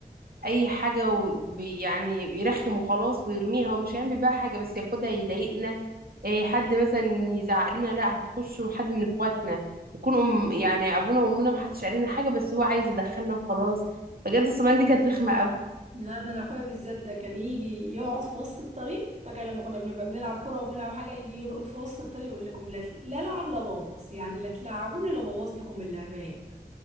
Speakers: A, on the right; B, on the right.
A: اي حاجه وبي يعني يرخم وخلاص ويرميها ومش هيعمل بقى حاجه بس ياخدها يضايقنا إيه حد مثلا يزعق لنا لا هتخش حد من اخواتنا يكون أم يعني ابونا وامنا محدش قال لنا حاجه بس هو عايز يدخلنا وخلاص بجد الصبيان دي كانت رخمه قوي
B: لا ده انا اخويا بالذات ده كان يجي يقعد في وسط الطريق فكان لما كنا بنبقى بنلعب كوره وبنلعب حاجه يجي يرقد في وسط الطريق يقول لكم لا لا العب لا بوظ يعني لا تلعبوني لا بوظ لكم اللعبايه